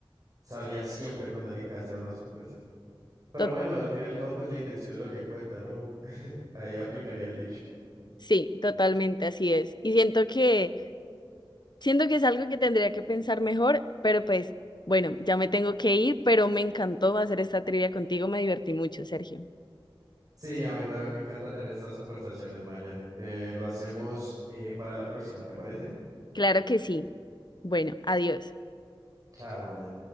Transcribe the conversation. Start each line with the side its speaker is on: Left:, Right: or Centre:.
Right: sabría siempre cuando alguien te va a hacer una sorpresa. Pero
Left: Tot-
Right: bueno, al fin y al cabo, pues la intención es lo que cuenta, ¿no? Ahí aplicaría el dicho.
Left: sí, totalmente así es. Y siento que, siento que es algo que tendría que pensar mejor, pero pues bueno, ya me tengo que ir, pero me encantó hacer esta trivia contigo, me divertí mucho, Sergio.
Right: Sí, a mí también me encanta tener estas conversaciones, María. Eh, lo hacemos eh, para la próxima, ¿te parece?
Left: Claro que sí. Bueno, adiós.
Right: Chao, María.